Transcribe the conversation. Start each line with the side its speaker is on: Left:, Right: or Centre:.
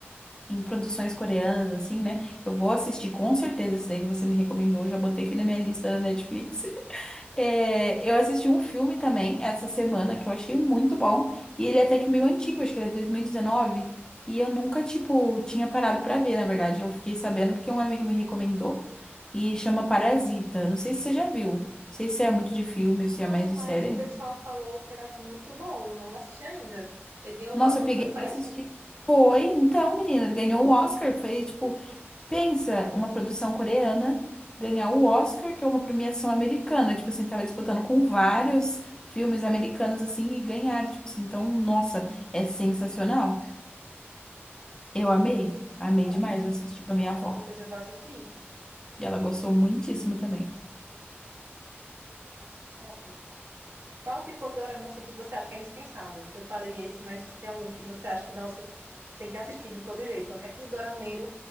Left: em produções coreanas, assim, né? Eu vou assistir com certeza esse daí que você me recomendou, já botei aqui na minha lista da Netflix. <laughs> É, eu assisti um filme também essa semana que eu achei muito bom. E ele é até que meio antigo, acho que ele é 2019. E dezenove. E eu nunca, tipo, tinha parado pra ver, na verdade. Eu fiquei sabendo porque um amigo me recomendou. e chama Parasita. Não sei se você já viu. Não sei se é muito de filme ou se
Right: Não,
Left: é mais de
Right: mas
Left: série.
Right: o pessoal falou que era muito bom. Não assisti ainda. Ele ganhou
Left: Nossa,
Right: o Oscar,
Left: eu peguei
Right: não foi? Parece?
Left: pra assistir. Foi, então, menina, ele ganhou o Oscar. Foi tipo, pensa, uma produção coreana ganhar o Oscar, que é uma premiação americana. Tipo assim, tava disputando com vários filmes americanos assim e ganharam. Tipo assim, então, nossa, é sensacional. Eu amei, amei
Right: Bom,
Left: demais. Eu assisti com a minha
Right: acho
Left: avó.
Right: que depois eu vou assistir.
Left: E ela gostou muitíssimo também.
Right: Top. Qual tipo de dorama assim, que você acha que é indispensável? Que eu falei esse, mas tem algum que você acha que, nossa, tem que assistir de todo jeito. Qualquer que dorameiro